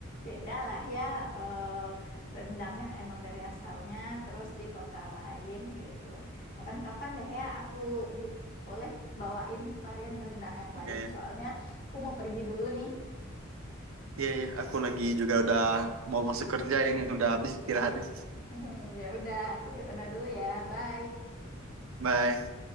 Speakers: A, on the left (about 40°); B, on the right (about 75°).
A: beda lah ya eh, rendang yang emang dari asalnya terus di kota lain gitu. Kapan-kapan deh ya aku bi- boleh bawain varian rendang yang lain.
B: Iya, iya,
A: Soalnya aku mau pergi dulu nih.
B: iya, iya. Aku lagi juga udah mau masuk kerja ini udah habis istirahatnya.
A: <laughs> Ya udah, aku ke sana dulu ya. Bye.
B: Bye.